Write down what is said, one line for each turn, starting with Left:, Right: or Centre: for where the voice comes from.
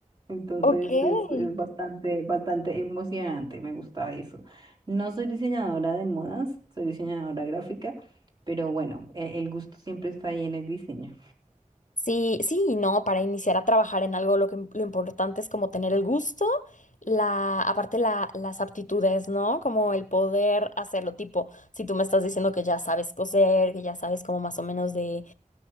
Right: Entonces
Left: ok.
Right: es, es bastante, bastante emocionante, me gusta eso. No soy diseñadora de modas, soy diseñadora gráfica, pero bueno, e- el gusto siempre está ahí en el diseño.
Left: Sí, sí, y no, para iniciar a trabajar en algo lo que lo importante es como tener el gusto, la, aparte la, las aptitudes, ¿no? Como el poder hacerlo, tipo, si tú me estás diciendo que ya sabes coser, que ya sabes como más o menos de